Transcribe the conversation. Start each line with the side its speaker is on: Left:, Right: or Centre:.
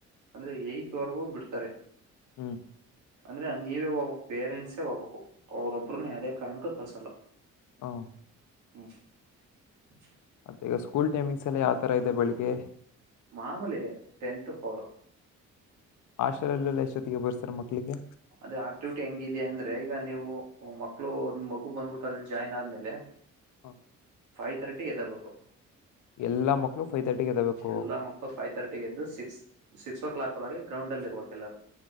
Right: ಅಂದ್ರೆ ಎಯಟ್ವರೆಗೂ ಬಿಡ್ತಾರೆ.
Left: ಹ್ಮ್
Right: ಅಂದ್ರೆ ನೀವೇ ಹೋಗ್ಬಬೇಕ್ ಪೇರೆಂಟ್ಸೇ ಹೋಗ್ಬಬೇಕು ಅವ್ರೊಬ್ಬ್ರನ್ನ ಯಾವದೇ ಕಾರಣಕ್ಕೂ ಕಳ್ಸಲ್ಲ.
Left: ಹ
Right: <inaudible>
Left: ಮತ್ತೆ ಈಗ ಸ್ಕೂಲ್ ಟೈಮಿಂಗ್ಸ್ ಎಲ್ಲ ಯಾವ ತರ ಇದೆ ಬೆಳಗ್ಗೆ
Right: ಆಮೂಲೆ ಟೆನ್ತೂ ಪವರ್
Left: ಆಶಾಲಲ್ಲೆಲ್ಲ ಎಷ್ಟೊತ್ತಿಗೆ ಬರ್ಸರ್ ಮಕ್ಳಿಗೆ
Right: ಅದೇ ಆಕ್ಟಿವಿಟಿ ಹೆಂಗಿದೆ ಅಂದ್ರೆ ಈಗ ನೀವು ಮಕ್ಳು ಮಗು ಬಂದ್ಬಿಟ್ಟ ಅಲ್ಲಿ ಜಾಯ್ನ್ ಆದ್ಮೇಲೆ
Left: ಹ್ಮ
Right: ಫೈವ್ ತರ್ಟಿಗೆ ಎದಬೇಕು
Left: ಎಲ್ಲಾ ಮಕ್ಕಳು ಫೈವ್ ತರ್ಟಿಗೆ ಎದಬೇಕು
Right: ಎಲ್ಲಾ ಮಕ್ಕಳು ಫೈವ್ ತರ್ಟಿ ಎದ್ದು ಸಿಕ್ಸ್ ಸಿಕ್ಸ್ ಓ ಕ್ಲಾಕ್ ಳಗೆ ಗ್ರೌಂಡ್ ಅಲ್ಲಿ ಇರ ಎಲ್ಲರು